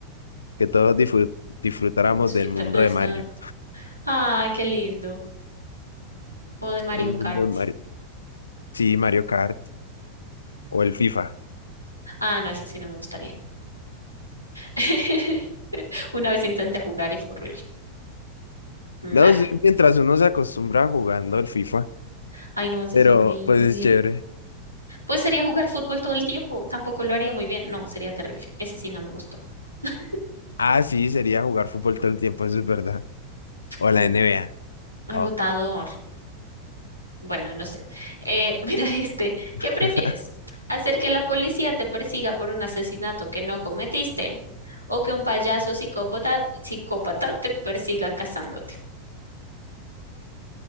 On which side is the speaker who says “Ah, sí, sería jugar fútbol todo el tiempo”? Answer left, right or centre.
Left